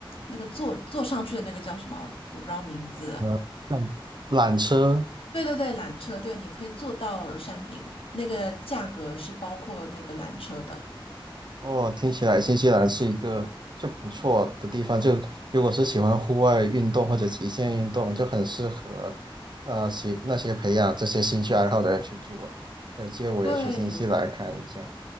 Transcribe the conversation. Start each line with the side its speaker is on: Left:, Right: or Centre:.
Left: 那个坐坐上去的那个叫什么？我不知道名字。
Right: 呃，像缆车
Left: 对对对，缆车，对，你可以坐到山顶，那个价格是包括那个缆车的。
Right: 哦，听起来新西兰是一个就不错的地方。就如果是喜欢户外运动或者极限运动，就很适合呃，些那些培养这些兴趣爱好的人去住啊。有机会我也去新西兰看一下，
Left: 对